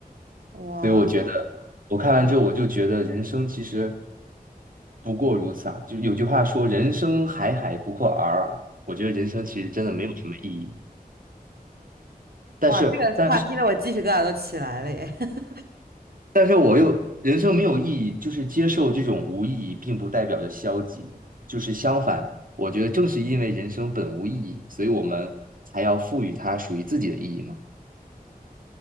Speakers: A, on the right; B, on the right.
A: 哇
B: 所以我觉得，我看完之后，我就觉得人生其实不过如此啊。就有句话说：“人生海海，不过尔尔。”我觉得人生其实真的没有什么意义。但是，
A: 哇，这个话听得我鸡皮疙瘩都起来了耶！
B: 但
A: <laughs>
B: 但是我又人生没有意义，就是接受这种无意义，并不代表着消极，就是相反，我觉得正是因为人生本无意义，所以我们才要赋予它属于自己的意义嘛，